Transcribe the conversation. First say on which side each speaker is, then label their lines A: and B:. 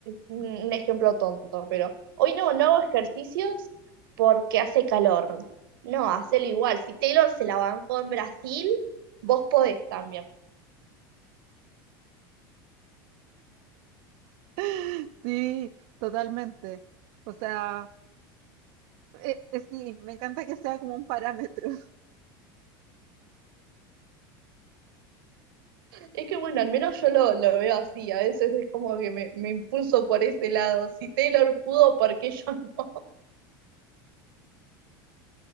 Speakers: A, on the right; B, on the right.
A: un un ejemplo tonto, pero hoy no, no hago ejercicios porque hace calor. No, hacelo igual. Si Taylor se la bancó en Brasil, vos podés también.
B: <laughs> Sí, totalmente. O sea, eh, eh, sí, me encanta que sea como un parámetro. <laughs>
A: Es que bueno, al menos yo lo, lo veo así. A veces es como que me, me impulso por ese lado. Si Taylor pudo, ¿por qué yo no?